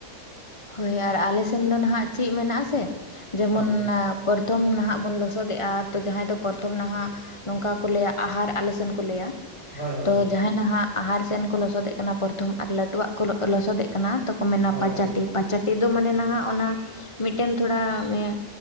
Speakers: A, on the left; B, on the left.
A: ᱦᱳᱭ ᱟᱨ ᱟᱞᱮ ᱥᱮᱱ ᱫᱚ ᱱᱟᱦᱟᱜ ᱪᱮᱫ ᱢᱮᱱᱟᱜ ᱟᱥᱮ ᱡᱮᱢᱚᱱ
B: ᱦᱳᱭ
A: ᱯᱚᱨᱚᱛᱷᱚᱢ ᱱᱟᱦᱟᱜ ᱵᱚᱱ ᱞᱚᱥᱚᱫᱮᱜᱼᱟ ᱛᱚ ᱡᱟᱦᱟᱸᱭ ᱫᱚ ᱯᱚᱨᱛᱷᱚᱢ ᱱᱟᱦᱟᱜ ᱱᱚᱝᱠᱟ ᱠᱚ ᱞᱟᱹᱭᱟ ᱟᱦᱟᱨ ᱟᱞᱮ ᱥᱮᱱ ᱠᱚ ᱞᱟᱹᱭᱟ
B: ᱦᱳᱭ ᱦᱳᱭ
A: ᱛᱚ ᱡᱟᱦᱟᱸᱭ ᱱᱟᱦᱟᱜ ᱟᱦᱟᱨ ᱥᱮᱱ ᱠᱚ ᱞᱚᱥᱚᱫᱮᱜ ᱠᱟᱱᱟ ᱯᱚᱨᱚᱛᱷᱚᱢ ᱟᱨ ᱞᱟᱹᱴᱩᱣᱟᱜ ᱠᱚ ᱞᱚᱥᱚᱫᱮᱜ ᱠᱟᱱᱟ ᱛᱚ ᱠᱚ ᱢᱮᱱᱟ
B: ᱦᱳᱭ
A: ᱯᱟᱸᱪ ᱟᱴᱤ ᱯᱟᱸᱪ ᱟᱴᱤ ᱫᱚ ᱢᱟᱱᱮ ᱱᱟᱦᱟᱜ ᱚᱱᱟ ᱢᱤᱫᱴᱮᱱ ᱛᱷᱚᱲᱟ ᱮᱸ,